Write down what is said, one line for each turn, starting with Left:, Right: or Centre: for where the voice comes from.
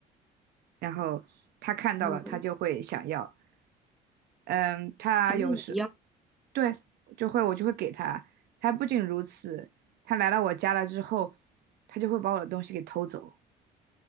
Right: 然后他看到了，
Centre: 嗯，
Right: 他就会想要。嗯，他有时
Centre: 咱你一样。
Right: 对，就会我就会给他。他不仅如此，他来到我家了之后，他就会把我的东西给偷走。